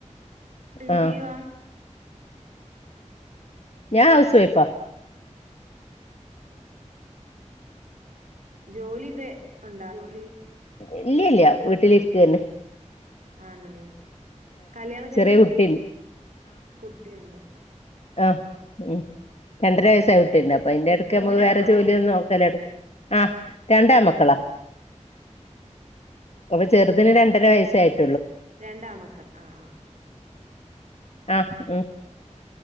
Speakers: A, on the right (about 80°); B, on the left (about 55°).
A: എന്ത്
B: ആഹ്
A: ചെയിവാ
B: ഞാൻ ഹൗസ് വൈഫാ.
A: ജോലി വെ ഒണ്ടാ ജോലി
B: ഇല്ല്യഇല്ല്യ വീട്ടിലിരിക്ക തന്നെ
A: ആന്നല്ലേ കല്യാണം കഴിഞ്ഞു
B: ചെറിയ കുട്ടി
A: കുട്ടിഉണ്ട്
B: ആ് ഉം രണ്ടര വയസ്സായി കുട്ടിണ്ട് അപ്പൊ അതിന്റെ ഇടയ്ക്ക്
A: മോനാണോ
B: നമുക്ക് വേറെ ജോലിയൊന്നും നോക്കലോട ആഹ് രണ്ടാൺമക്കളാ അപ്പൊ ചെറുതിന് രണ്ടര വയസ്സായിട്ടു
A: രണ്ടാമക്കൾ ആ ആ
B: ആഹ് ഉഹ